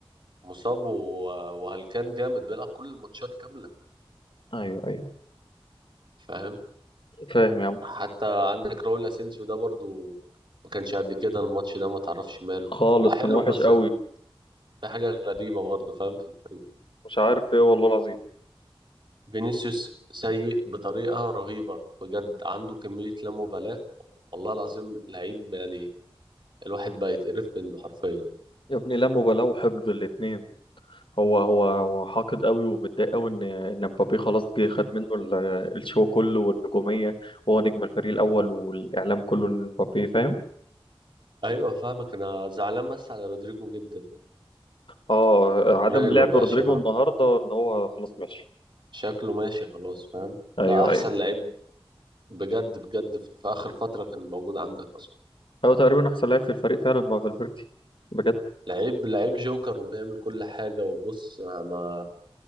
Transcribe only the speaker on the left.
ايوه ايوه
فاهم يا عم
خالص
كان وحش
قوي
مش عارف ايه والله العظيم
يا ابني لا مبالاة وحقد الاتنين هو هو هو حاقد قوي ومتضايق قوي ان ان مبابي خلاص جه خد منه ال- الشو كله والنجوميه وهو نجم الفريق الاول والاعلام كله ان مبابي فاهم
اه عدم
لعب
رودريجو
النهارده ان هو خلاص ماشي
ايوه
ايوه
هو تقريبا احسن لاعب في الفريق فعلا مع فالفيردي بجد